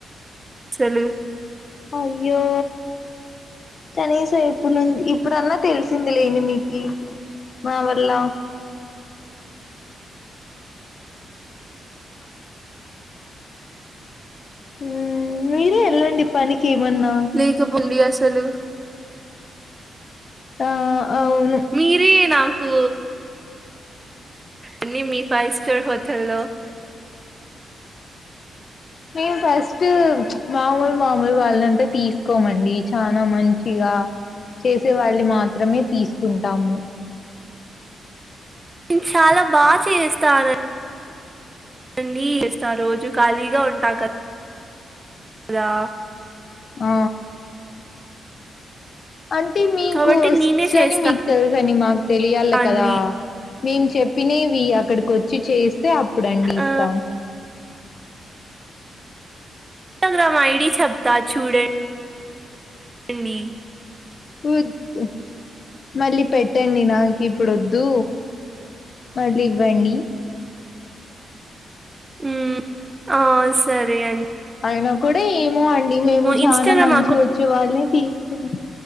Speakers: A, on the right; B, on the left.
A: అసలు
B: అయ్యో కనీసం ఇప్పుడు నుంచి ఇప్పుడన్నా తెలుసు ఎంది లెంది మీకి మా వల్ల ఉమ్ మీరే ఎళ్ళండి పనికి ఏమన్నా
A: లేక పొండి అసలు
B: ఆ అవును
A: మీరే నాకు అండి మీ ఫైవ్ స్టార్ హోటల్లో
B: మేము ఫస్ట్ మామూలు మామూలు వాళ్ళంటే తీసుకోమండి చానా మంచిగా చేసే వాళ్ళని మాత్రమే తీసుకుంటాము
A: నేన్ చాలా బా చేస్తానం నండి చేస్తా రోజు ఖాళీగా ఉంటా క దా
B: ఆ అంటే మీకు
A: కాబట్టి
B: వొచ్చని
A: నేనే చేస్తా
B: మీకు తెలుసని మాకు తెలియాల
A: అండి
B: కదా మేము చెప్పినేవి అక్కడికొచ్చి చేస్తే అప్పుడండి ఇస్తాం
A: ఆ న్స్టాగ్రామ్ ఐడి చెప్తా చూడం <inaudible> డి
B: ఊజ్ మళ్ళీ పెట్టండి నాకు ఇప్పుడు ఒద్దు మళ్ళీ ఇవ్వండి
A: ఉమ్మ్ ఆ సరే అం
B: అయినా కూడా ఏమో అండి మేము చానా
A: ఇన్స్టాగ్రామ్
B: మంచిగా వచ్చే వాళ్ళనే తీసుకుంట